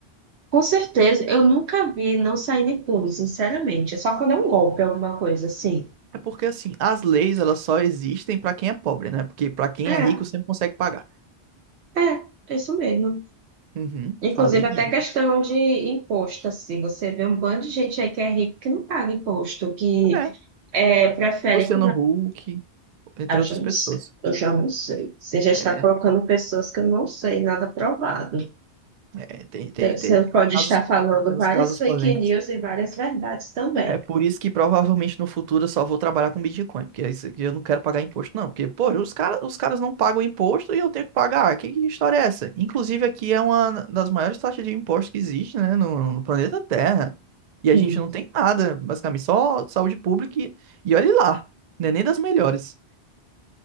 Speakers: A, on the right; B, on the right.
A: Com certeza. Eu nunca vi não saindo pônei, sinceramente. É só quando é um golpe, alguma coisa assim.
B: É porque assim, as leis elas só existem pra quem é pobre, né? Porque pra quem
A: É,
B: é rico sempre consegue pagar.
A: é, é isso mesmo.
B: Uhum,
A: Inclusive,
B: falei
A: até
B: disso.
A: questão de imposto, assim. Você vê um bando de gente aí que é rico que não paga imposto, que
B: É,
A: é, prefere.
B: Luciano Huck, entre
A: Ah, eu já
B: outras
A: não
B: pessoas.
A: sei. Eu já não sei. Você já
B: É,
A: está colocando pessoas que eu não sei, nada provado.
B: é, tem, tem,
A: Então, Você
B: tem, tem
A: pode
B: uns casos,
A: estar falando
B: tem
A: várias
B: uns casos
A: fake
B: polêmicos.
A: news e várias verdades também.
B: É por isso que provavelmente no futuro eu só vou trabalhar com Bitcoin, porque isso aqui eu não quero pagar imposto, não. Porque, pô, os cara, os caras não pagam imposto e eu tenho que pagar. Que que história é essa? Inclusive, aqui é uma das maiores taxas de imposto que existe, né, no, no planeta Terra. E a
A: Hum.
B: gente não tem nada, basicamente, só saúde pública e, e olhe lá, não é nem das melhores.